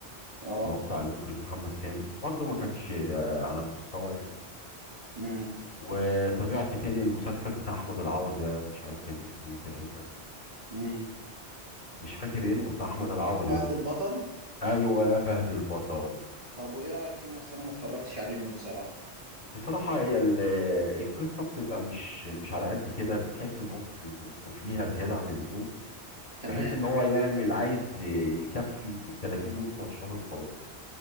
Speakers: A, on the right; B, on the left.
A: اه
B: اللي هو بتاع المخرج محمد سامي برضو ما كانش آه، على المستوى يعني
A: امم
B: وتابعت تاني المسلسل بتاع احمد العوضي ده مش عارف كان اسمه إيه تقريبا
A: امم
B: مش فاكر اسمه
A: دكتور
B: بتاع احمد العوضي
A: فهد
B: ده
A: البطل
B: ايوه يا فهد البطل
A: طب وايه رأيك فيهم اصل انا ما اتفرجتش عليهم بصراحة
B: بصراحة هي ال- القصة بتبقى مش مش على قد كده بتحس ان هم بيمطوا فيها زيادة عن اللزوم
A: تمام
B: بحيث ان هو يعمل عايز ي- يكفي ال 30 يوم بتوع الشهر وخلاص